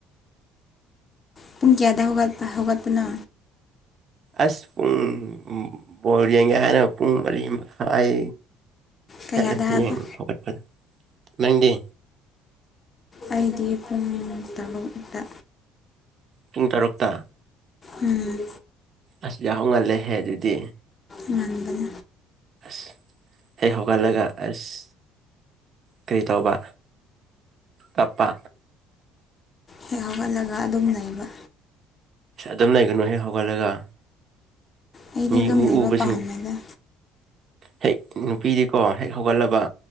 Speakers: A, on the left; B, on the right.
A: ꯄꯨꯡ ꯀꯌꯥꯗ ꯍꯧꯒꯠ ꯍꯧꯒꯠꯄꯅꯣ
B: ꯑꯁ ꯄꯨꯡ ꯕꯣꯜ ꯌꯦꯡꯒꯦ ꯍꯥꯏꯅ ꯄꯨꯡ ꯃꯔꯤ ꯃꯈꯥꯏ
A: ꯀꯌꯥꯗ
B: ꯍꯠꯂꯦ
A: ꯍꯥꯏꯕ
B: ꯌꯦꯡ ꯍꯧꯒꯠꯄ ꯅꯪꯗꯤ
A: ꯑꯩꯗꯤ ꯄꯨꯡ ꯇꯔꯨꯛꯇ
B: ꯄꯨꯡ ꯇꯔꯨꯛꯇ
A: ꯎꯝ
B: ꯑꯁ ꯌꯥꯍꯧꯉꯜꯂꯦꯍꯦ ꯑꯗꯨꯗꯤ
A: ꯉꯟꯕꯅꯤ
B: ꯑꯁ ꯍꯦꯛ ꯍꯧꯒꯠꯂꯒ ꯑꯁ ꯀꯔꯤ ꯇꯧꯕ ꯀꯞꯄ
A: ꯍꯦꯛ ꯍꯧꯒꯠꯂꯒ ꯑꯗꯨꯝ ꯂꯩꯕ
B: ꯑꯗꯨꯝ ꯂꯩꯒꯅꯨ ꯍꯦꯛ ꯍꯧꯒꯠꯂꯒ
A: ꯑꯩꯗꯤ
B: ꯃꯤ
A: ꯑꯗꯨꯝ
B: ꯎ
A: ꯂꯩꯕ
B: ꯎꯕꯁꯤꯡ
A: ꯄꯥꯝꯃꯦꯗ
B: ꯍꯦꯛ ꯅꯨꯄꯤꯗꯤꯀꯣ ꯍꯦꯛ ꯍꯧꯒꯠꯂꯕ